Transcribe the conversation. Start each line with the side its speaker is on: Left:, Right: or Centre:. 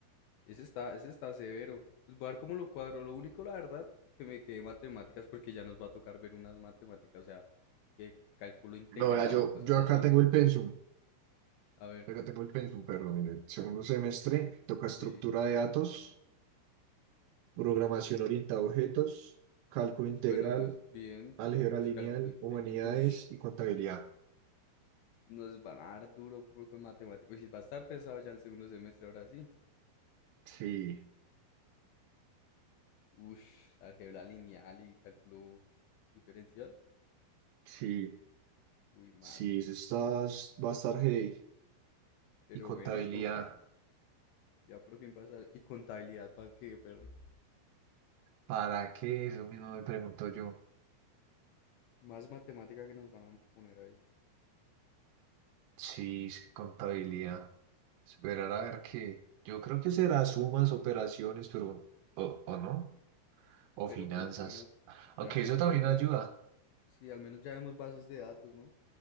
Left: Ese está, ese está severo. Pues voy a ver cómo lo cuadro. Lo único, la verdad, que me quedé matemáticas porque ya nos va a tocar ver unas matemáticas, o sea, que cálculo integral
Right: No, vea, yo,
Left: y cosas
Right: yo
Left: así,
Right: acá tengo
Left: ¿no?
Right: el pensum,
Left: A ver,
Right: acá tengo el pensum, perdón, en el segundo semestre toca estructura
Left: sí.
Right: de datos, programación orientada a objetos, cálculo integral,
Left: Bueno, es- bien,
Right: álgebra
Left: sí. Uy,
Right: lineal,
Left: cálculo integral.
Right: humanidades
Left: Uy,
Right: y contabilidad.
Left: nos van a dar duro por, con matemáticas. Uy, sí, va a estar pesado ya el segundo semestre, ahora sí.
Right: Sí,
Left: Uy, álgebra lineal y cálculo diferencial.
Right: sí,
Left: Uy, mano.
Right: sí, eso está, va a estar heavy.
Left: Pero
Right: ¿Y contabilidad?
Left: bueno, toca. Ya por fin pasar. Y contabilidad, ¿para qué, perro?
Right: ¿Para qué? Eso mismo me pregunto yo.
Left: Más matemática que nos van a poner ahí.
Right: Sí, es que contabilidad. Esperar a ver qué. Yo creo que será sumas, operaciones, pero... ¿O, o no? O
Left: Pero
Right: finanzas.
Left: pues bueno, ya
Right: Aunque
Left: al menos
Right: eso también
Left: vemos,
Right: ayuda.
Left: sí, al menos ya vemos bases de datos, ¿no?